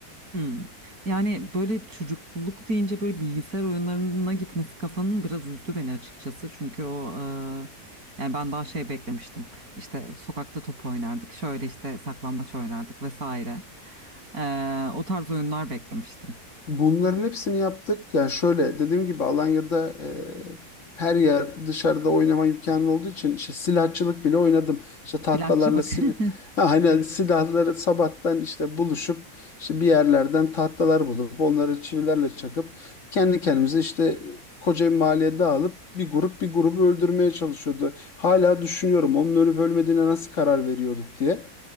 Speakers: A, on the right; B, on the left.
A: Hmm. Yani böyle çocukluk deyince böyle bilgisayar oyunlarına gitmesi kafanın biraz üzdü beni açıkçası. Çünkü o eee, yani ben daha şey beklemiştim. İşte sokakta top oynardık. Şöyle işte saklambaç oynardık vesaire. Eee, o tarz oyunlar beklemiştim.
B: Bunların hepsini yaptık. Yani şöyle dediğim gibi Alanya'da e, her yer dışarıda oynama imkanı olduğu için işte silahçılık bile oynadım. İşte tahtalarla
A: Silahçılık.
B: sil
A: <laughs>
B: ha, hani silahları sabahtan işte buluşup işte bir yerlerden tahtalar bulup onları çivilerle çakıp kendi kendimize işte koca bir mahalleye dağılıp bir grup bir grubu öldürmeye çalışıyordu. Hala düşünüyorum onun ölüp ölmediğine nasıl karar veriyorduk diye.